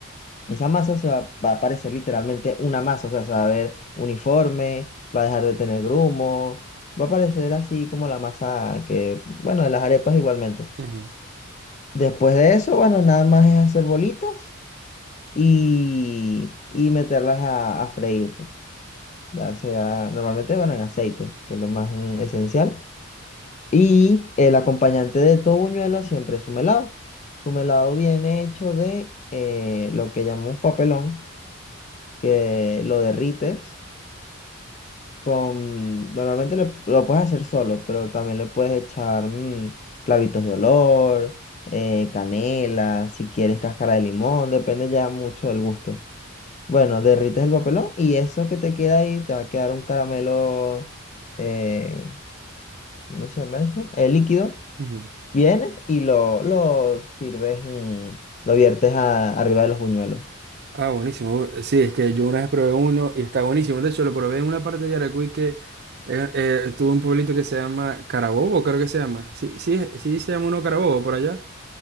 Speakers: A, on the left; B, on the right.
A: esa masa se va, va a parecer literalmente una masa, o sea, se va a ver uniforme, va a dejar de tener grumo, va a parecer así como la masa que, bueno, de las arepas igualmente.
B: ujú,
A: Después de eso, bueno, nada más es hacer bolitas y, y meterlas a, a freír, pues. Ya sea, normalmente, bueno, en aceite, que es lo más mm, esencial. Y el acompañante de todo buñuelo siempre es su melado. Su melado viene hecho de eh, lo que llamamos papelón que lo derrites con... Normalmente le- lo puedes hacer solo, pero también le puedes echar mm, clavitos de olor, eh, canela, si quieres cáscara de limón, depende ya mucho del gusto. Bueno, derrites el papelón y eso que te queda ahí te va a quedar un caramelo, eh, ¿cómo se llama eso? El líquido.
B: ujú.
A: Vienes y lo, lo sirves, mm, lo viertes a- arriba de los buñuelos.
B: Ah, buenísimo. Eh, Sí, es que yo una vez probé uno y está buenísimo. De hecho, lo probé en una parte de Yaracuy que eh, eh, tuvo un pueblito que se llama Carabobo, creo que se llama. Sí, sí, sí se llama uno Carabobo por allá.